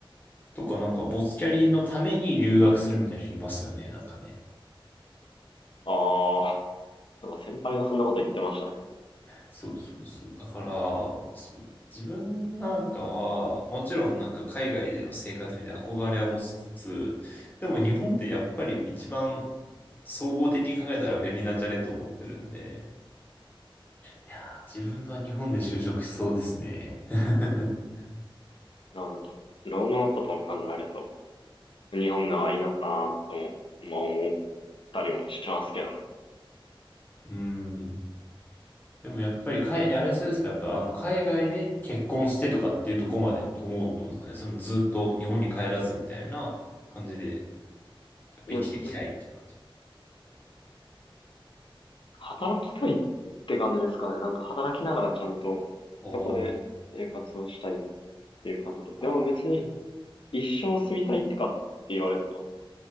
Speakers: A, on the left (about 20°); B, on the left (about 65°).
A: とか、なんか、ボスキャリのために留学するみたいな人いますよね、なんかね。
B: ああ。なんか先輩がそんなこと言ってましたね。
A: そうそうそう。だから、そう。自分なんかは、もちろんなんか海外での生活みたいな憧れは持ちつつ、でも日本ってやっぱり一番総合的に考えたら便利なんじゃねと思ってるんで、いやー、自分は日本で就職しそうですね。<laughs>
B: なんか、老後のことを考えると、日本の方がいいのかなとも、まあ思ったりもしますけどね。
A: うん。でもやっぱりかい、あれそうですか、やっぱあの海外で結婚してとかっていうとこまでって思うと思うんですかね。そのずっと日本に帰らずみたいな感じで、やっぱ生きていきたいっていう感じ。
B: いや、な働きたいって感じですかね。なんか働きながらちゃんと、
A: おー、
B: そこで生活をしたいっていう感じで。でも別に
A: 働きたい。
B: 一生住みたいってかって言われると、